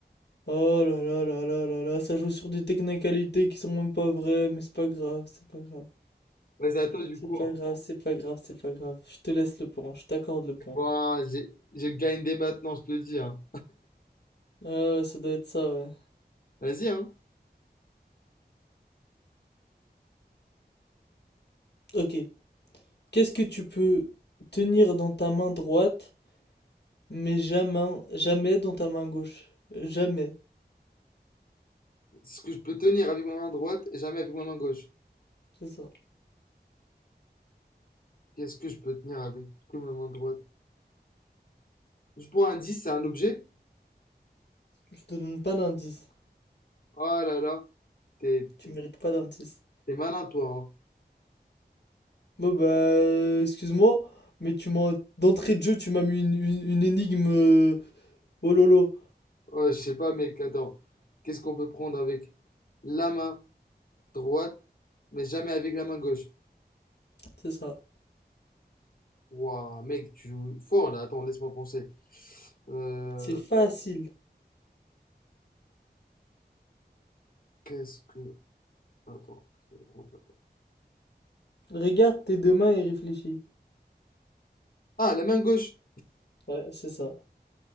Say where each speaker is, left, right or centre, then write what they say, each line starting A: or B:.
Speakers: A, on the left; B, on the left.
A: Oh là là là là là là, ça joue sur des technicalités qui sont même pas vraies, mais c'est pas grave, c'est pas grave.
B: Vas-y, à toi, du
A: C'est
B: coup. hein.
A: pas grave, c'est pas grave, c'est pas grave. Je te laisse le point, je t'accorde le point.
B: Bon, j'ai j'ai grindé maintenant, je te le dis, hein.
A: Ah ouais, ça doit être ça, ouais.
B: Vas-y, hein.
A: Ok. Qu'est-ce que tu peux tenir dans ta main droite? Mais jamais, jamais dans ta main gauche. Jamais.
B: Ce que je peux tenir avec ma main droite et jamais avec ma main gauche.
A: C'est ça.
B: Qu'est-ce que je peux tenir avec que ma main droite? Je prends un 10, c'est un objet?
A: Je te donne pas d'indice.
B: Oh là là, t'es
A: Tu mérites pas d'indice.
B: t'es malin toi. hein.
A: Bon bah, euh, excuse-moi, mais tu m'as, d'entrée de jeu, tu m'as mis une, une- une énigme. euh, Oh lolo.
B: Oh, je sais pas mec, attends. Qu'est-ce qu'on peut prendre avec la main droite, mais jamais avec la main gauche?
A: C'est ça.
B: Waouh, mec, tu joues fort là. Attends, laisse-moi penser. Euh,
A: C'est facile.
B: qu'est-ce que... Attends. qu'est-ce que
A: Regarde tes deux mains et réfléchis.
B: Ah, la main gauche!
A: Ouais, c'est ça.